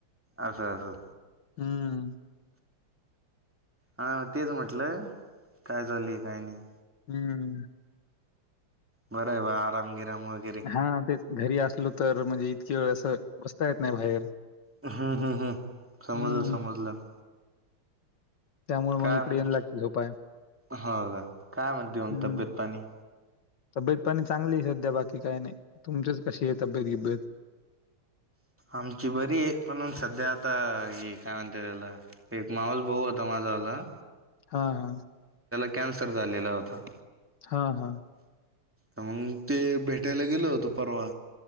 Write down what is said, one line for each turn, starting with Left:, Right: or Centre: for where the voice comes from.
Centre: असो असो.
Left: हम्म.
Centre: हा तेच म्हटलं काय झाली काय नाही.
Left: हम्म.
Centre: बर आहे बा आराम काम वगैरे.
Left: हा तेच घरी असलो तर म्हणजे इतकी वेळ असं बसता येत नाही बाहेर.
Centre: हम्म हम्म हम्म. समजलं
Left: हम्म
Centre: समजलं.
Left: त्यामुळे
Centre: काय
Left: मग इकडे
Centre: मंग,
Left: येणं लागते झोपाय
Centre: हो का काय म्हणते
Left: हम्म
Centre: मंग तब्येत पाणी.
Left: तब्येत पाणी चांगली हाय सध्या बाकी काय नाही. तुमचीच कशी आहे तब्येत गिब्येत?
Centre: आमची बरी आहे पणून सध्या आता हे काय म्हणते त्याला एक माहोल बऊ होता माझाला
Left: हा हा.
Centre: कॅन्सर झालेला होता.
Left: हा हा.
Centre: तर मग ते भेटायला गेल होतं परवा.